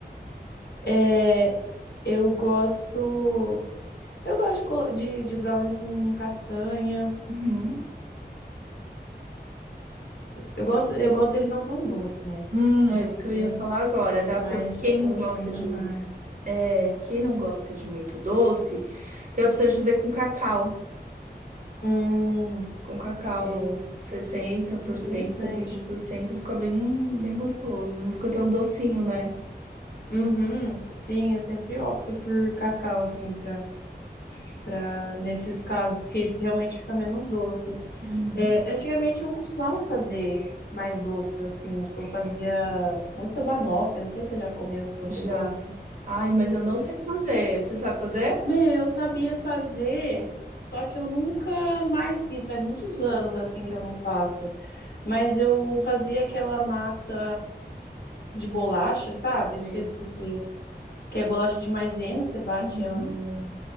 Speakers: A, on the left (about 65°); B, on the right (about 45°).
A: É, eu gosto. Eu gosto de, colo- de de brownie com castanha.
B: Uhum.
A: Eu gosto, eu gosto dele não tão doce, né?
B: Hum,
A: Eu
B: é
A: gosto
B: isso que
A: dele
B: eu ia falar agora. Dá
A: mais
B: para
A: chocolate,
B: quem não gosta
A: mais
B: de
A: amargo.
B: muito, é, quem não gosta de muito doce, tem a opção de fazer com cacau.
A: Hum,
B: Com cacau
A: é
B: sessenta por
A: interessante.
B: cento setenta por cento fica bem, bem gostoso. Não fica tão docinho, né?
A: Uhum, sim, eu sempre opto por cacau, assim, pra, pra nesses casos, que ele realmente fica menos doce.
B: Uhum.
A: É, antigamente eu costumava fazer mais doces, assim, tipo, eu fazia muita banoffee, não sei se você já comeu, se você
B: Já.
A: gosta.
B: Ai, mas eu não sei fazer. Você sabe fazer?
A: Meu, eu sabia fazer, só que eu nunca mais fiz, faz muitos anos, assim, que eu não faço. Mas eu fazia aquela massa de bolacha, sabe? Não
B: Sim.
A: sei se você quer bolacha de maisena, você bate
B: Uhum.
A: ela no